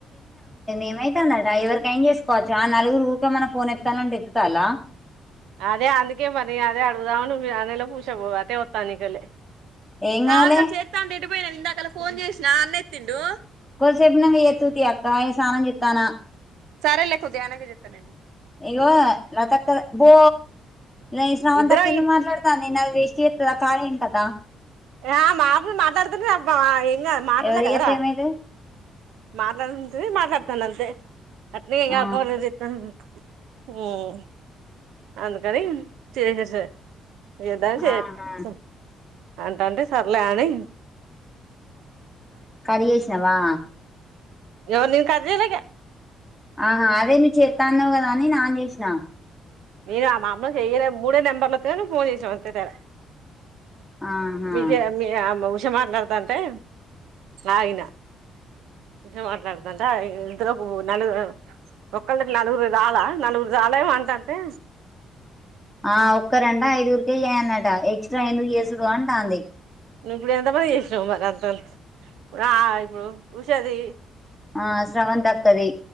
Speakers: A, in the centre; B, on the right.
A: ఏమైతుందట ఎవరిక ఏం చేసుకోవచ్చు ఆ నలుగురు ఊరిక మనం ఫోన్ ఎత్తాలంటే ఎత్తాలా
B: అదే అందుకే మరి అదే అడుగుదామని అ నలో పూసబ అదే వత్తాన్నికలే
A: ఏం
B: కాదురా
A: కాదులే
B: చేస్తంటీ అ పోయిను ఇందాక ఫోన్ చేసినా అన్న ఎత్తిండు
A: కొ సేపు ఉనంక ఎత్తుతువ్ తియ్ అక్క స్నానం సెత్ స్ తన
B: సరే లే కొద్దిగా ఆగినాకా చెప్తాలే
A: ఇగో లతక్కద్ పో ఈ శ్రవంతక్క
B: ఇద్దరం
A: ఎందుకు మాట్లాడతాంది నీలా గా వేస్ట్చేత్ దా కానీను కదా
B: ఆ మాతో మాట్లాడ్తుంది అబ్బ ఇంగ మాటలే
A: ఎవరు
B: గదరా
A: చేత్తే ఏమైతది
B: మాట్లాడుతుంటది మాట్లాడతానాంతే అత్లీకది
A: ఆ
B: <unintelligible> మ్ అందుకని చేసేసా యుద్దాల్ చెస్
A: ఆహా
B: ప్ అంటంటే సర్లే అని
A: కరి చేసినవా
B: ఎవర్ కరి లె గ్
A: ఆ అదే నువ్ చేతా అనవ్ గదా అని అన్ జెస్ న
B: ఏ గ మా అమ్మ కు చెయ్యలె మూడే నంబర్లోతె ఫోన్ చేస్ నవ్ అంతే తెడ
A: ఆహా
B: మీజె మీయమ్మ చ మాట్లాడతాంటే ఆగిన ఉష మాట్లాడతంటే ఆగిన్ ఒతర్ పో నలుగుర్ అ ఒ ఒకల్కి నలుగురు చాలా నలుగురు జాలా ఏమో అంటంటే
A: ఆ ఒక్కరంట ఐదుగురికి ఏయ్యన్ టా ఎక్సట్రా ఎందుకు చేసుడు అంటాన్ది
B: నువ్ ఇప్పుడు ఎంత పని చేసినావ్ మరి అంతా అ ఆ ఇప్పుడు ఉషది
A: ఆ శ్రవంతక్కది